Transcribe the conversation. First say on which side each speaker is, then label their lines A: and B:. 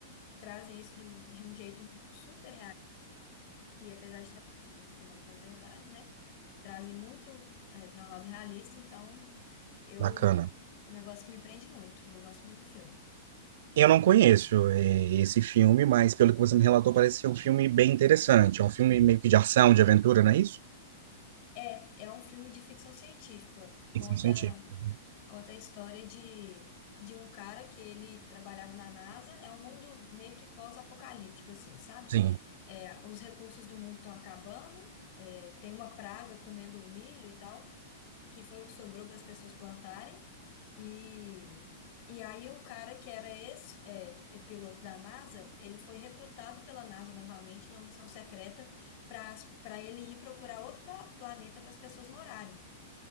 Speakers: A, on the left (about 50°); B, on the right (about 65°).
A: trazem isso do- de um jeito super que apesar de ter algumas coisas que não são verdade, né? Trazem muito para um lado realista, então eu.
B: bacana.
A: um Negócio que me prende muito, eu gosto muito do filme.
B: Eu não conheço eh, esse filme, mas pelo que você me relatou, parece ser um filme bem interessante. É um filme meio que de ação, de aventura, não é isso?
A: É, é um filme de ficção científica, conta,
B: Ficção científica.
A: conta a história de, de um cara que ele trabalhava na NASA, é um mundo meio que pós-apocalíptico, assim, sabe?
B: Sim,
A: É, os recursos do mundo estão acabando, é, tem uma praga comendo o milho e tal. que foi o que sobrou para as pessoas plantarem. E, e aí um cara que era ex, é, é piloto da NASA, ele foi recrutado pela NASA novamente numa missão secreta para para ele ir procurar outro pla- planeta para as pessoas morarem.